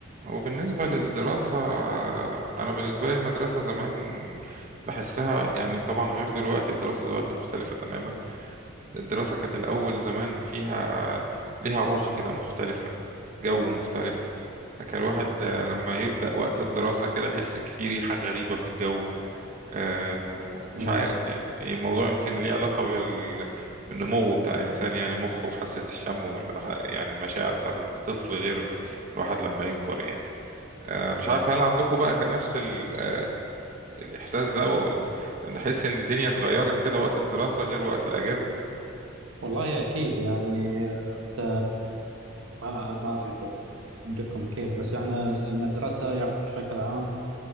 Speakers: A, on the right (about 40°); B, on the right (about 80°).
A: وبالنسبة للدراسة أنا بالنسبة لي المدرسة زمان بحسها يعني طبعا غير دلوقتي الدراسة دلوقتي مختلفة تماما الدراسة كانت الأول زمان فيها ليها روح كده مختلفة جو مختلف كان الواحد لما يبدأ وقت الدراسة كده يحس في ريحة غريبة في الجو آه، مش
B: مم.
A: عارف يعني يعني الموضوع يمكن ليه علاقة بال بالنمو بتاع الإنسان يعني المخ وحاسة الشم وال يعني المشاعر بتاعت الطفل غير الواحد لما يكبر يعني آه، مش عارف هل عندكم بقى كان نفس ال- آه، الإحساس ده وال... نحس إن الدنيا اتغيرت كده وقت الدراسة غير وقت الأجازة
B: والله أكيد يعني أنت ما ما أدري بالضبط عندكم كيف بس احنا المدرسة يعني بشكل عام